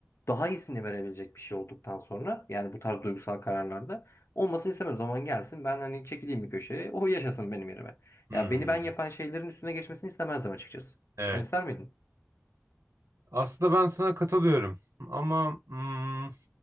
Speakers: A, on the left (about 60°); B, on the right (about 90°).
A: daha iyisini verebilecek bir şey olduktan sonra yani bu tarz duygusal kararlarda Olmasını istemem. O zaman gelsin ben hani çekileyim bir köşeye. O yaşasın benim yerime.
B: Hmm.
A: Ya beni ben yapan şeylerin üstüne geçmesini istemezdim açıkçası.
B: evet.
A: Sen ister miydin?
B: Aslında ben sana katılıyorum ama hmm,